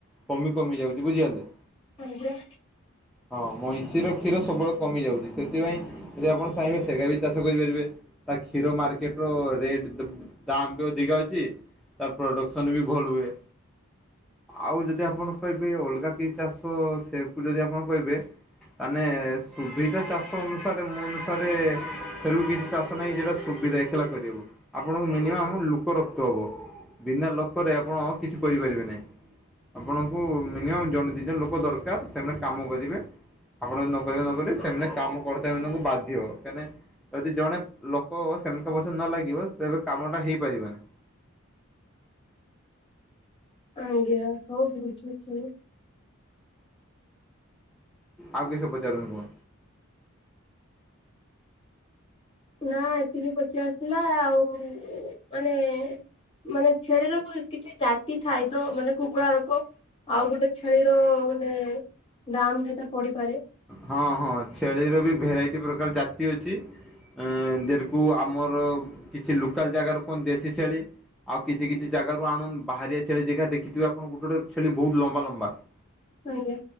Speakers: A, in the centre; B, on the left.
A: କମି କମି ଯାଉଚି ବୁଝିପାରିଲେ?
B: ଆଜ୍ଞା।
A: ହଁ ମଇଁଷିର କ୍ଷୀର ସବୁବେଳେ କମି ଯାଉଚି ସେଥିପାଇଁ ଯଦି ଆପଣ ଚାହିଁବେ ସେଗା ବି ଚାଷ କରିପାରିବେ ତା କ୍ଷୀର ମାର୍କେଟର ରେଟ୍ ଦବ୍ ଦାମ୍ ବି ଅଧିକା ଅଛି ତାର ପ୍ରଡକ୍ସନ୍ ବି ଭଲ୍ ହୁଏ। ଆଉ ଯଦି ଆପଣ କହିବେ ଅଲଗା କି ଚାଷ ସେ କୁ ଯଦି ଆପଣ କହିବେ ମାନେ ସୁବିଧା ଚାଷ ଅନୁସାରେ ମୋ ଅନୁସାରେ ସେ <unintelligible> କିଛି ଚାଷ ନାହିଁ ଯେଟା ସୁବିଧାଏ କେଲା କରି ହବ। ଆପଣଙ୍କୁ ମିନିମମ୍ ଲୁକ ରକତେ ହବ ବିନା ଲକରେ ଆପଣ କିଛି କରିପାରିବେ ନାହିଁ। ଆପଣଙ୍କୁ ମିନିମମ୍ ଜଣେ ଦି ଜଣ ଲୋକ ଦରକାର ସେମାନେ କାମ କରିବେ। ଆପଣ ଯଦି ନ କରିବେ ନ କରିବେ ସେମାନେ କାମ କରତେ ମାନଙ୍କୁ ବାଧ୍ୟ କାହିଁ ନା ଯଦି ଜଣେ ଲୋକ ସେମିତିକା ପଛେରେ ନ ଲାଗିବ ତେବେ କାମଟା ହେଇପାରିବନ।
B: ଆଜ୍ଞା ହଉ ରଖୁଛି।
A: ଆଉ କିସ ପଚାରୁୁ <unintelligible>
B: ନା ଏତିକି ପଚି ଆସିଥିଲା ଆଉ ଉଁ ମାନେ ମାନେ ଛେଳିର ତ କିଛି ଜାତି ଥାଏ ତ ମାନେ କୁକୁଡାରୋକ ଆଉ ଗୋଟେ ଛେଳିର ମାନେ ଦାମ୍ କେତେ ପଡିିପାରେ?
A: ହଁ ହଁ ଛେଳିର ବି ଭେରାଇଟି ପ୍ରକାର ଜାତି ଅଛି। ଏଁ ଦେରକୁ ଆମର କିଛି ଲୋକାଲ୍ ଜାଗାର କୁହନ୍ତି ଦେଶୀ ଛେଳି। ଆଉ କିଛି କିଛି ଜାଗାରୁ ଆଣୁନ୍ ବାହାରିଆ ଛେଳି ଜେଗା ଦେଖିଥିବେ ଆପଣ ଗୋଟେ ଗୋଟେ ଛେଲି ବୋହୁତ ଲମ୍ବା ଲମ୍ବା। ହ <inaudible>
B: ଆଜ୍ଞା।